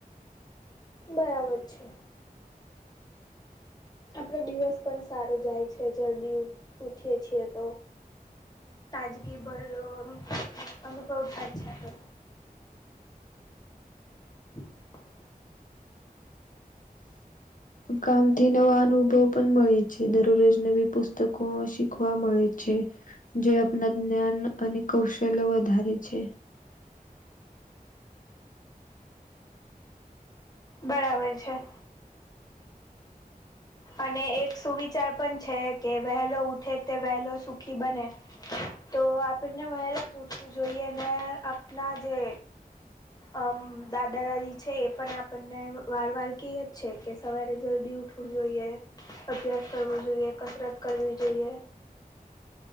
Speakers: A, on the left; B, on the left.
A: બરાબર છે આપડો દિવસ પણ સારો જાય છે જર્દી ઉઠીએ છીએ તો તાજગી ભર અુ બ અચ્છા કર <inaudible>
B: કામથી નવા અનુભવ પણ મળે છે દરરોજ નવી પુસ્તકો શીખવા મળે છે જે આપણા જ્ઞાન અને કૌશલ્ય વધારે છે
A: બરાબર છે અને એક સુવિચાર પણ છે કે વહેલો ઉઠે તે વહેલો સુખી બને તો આપણને વહેલા જ ઉઠવું જોઈએ અને આપણા જે અમ દાદા દાદી છે એ પણ આપણને વાર વાર ક છે કે સવારે જલ્દી ઉઠવું જોઈએ અભ્યાસ કરવો જોઈએ કસરત કરવી જોઈએ